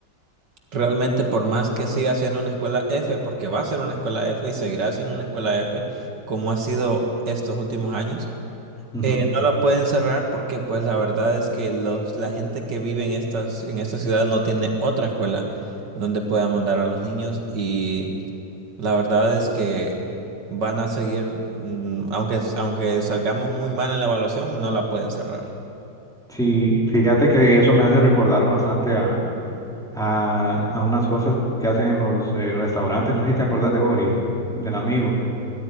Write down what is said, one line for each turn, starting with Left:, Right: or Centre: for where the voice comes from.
Right: Realmente, por más que siga siendo una escuela F, porque va a ser una escuela F y seguirá siendo una escuela F, como ha sido estos últimos años,
Centre: Ujú.
Right: eh, no la pueden cerrar porque, pues, la verdad es que los, la gente que vive en estas, en esta ciudad no tiene otra escuela donde pueda mandar a los niños y la verdad es que van a seguir, mm, aunque, aunque salgamos muy mal en la evaluación, no la pueden cerrar.
Centre: Sí, fíjate que eso me hace recordar bastante a a, a unas cosas que hacen en los eh, restaurantes. No sé si te acuerdas de Boris, del amigo.